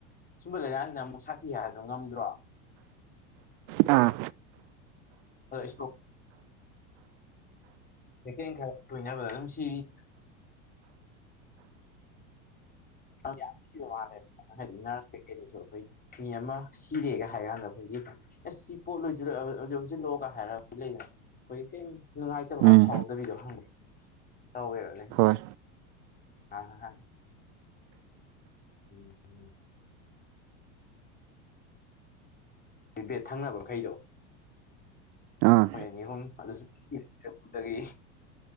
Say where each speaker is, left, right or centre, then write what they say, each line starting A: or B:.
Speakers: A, on the left (about 25°); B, on the right (about 50°).
A: ꯁꯨꯝꯕ ꯂꯥꯏꯅꯥꯁꯤꯅ ꯑꯃꯨꯛ ꯁꯥꯊꯤ ꯍꯥꯏꯔꯁꯨ ꯉꯝꯗ꯭ꯔꯣ
B: ꯑꯥ
A: ꯍꯕꯨ ꯁꯦꯀꯦꯟ ꯈꯔ ꯁꯣꯏꯅꯕꯗ ꯑꯗꯨꯝ ꯁꯤꯔꯤ ꯌꯥꯝꯕ ꯃꯥꯜꯂꯦ ꯍꯥꯏꯗꯤ ꯅꯔꯁ ꯀꯩꯀꯩꯗꯁꯨ ꯑꯩꯈꯣꯏ ꯃꯤ ꯑꯃ ꯁꯤꯔꯦꯒ ꯍꯥꯏꯔ ꯀꯥꯟꯗ ꯑꯩꯈꯣꯏꯒꯤ ꯑꯦꯁ ꯁꯤ ꯄꯣꯠ ꯂꯣꯏꯁꯤꯜꯂ ꯍꯧꯖꯤꯛ ꯍꯧꯖꯤꯜꯂꯣꯛꯒ ꯍꯥꯏꯔꯔꯕ ꯂꯩꯗꯅ ꯑꯩꯈꯣꯏꯒꯤ ꯀꯩ ꯅꯨꯡꯉꯥꯏꯇꯕ ꯈꯔ
B: ꯎꯝ
A: ꯐꯥꯎꯗꯕꯤꯗꯣ ꯍꯪꯕ ꯇꯧꯋꯦꯕ ꯂꯩ
B: ꯍꯣꯏ
A: ꯑ ꯍ ꯎꯝ ꯐ ꯚꯦꯠ ꯊꯪꯅꯕ ꯃꯈꯩꯗꯣ
B: ꯑꯥ
A: ꯍꯣꯏ ꯑꯅꯤ ꯑꯍꯨꯝ ꯑꯗꯨꯁꯨꯗꯒꯤ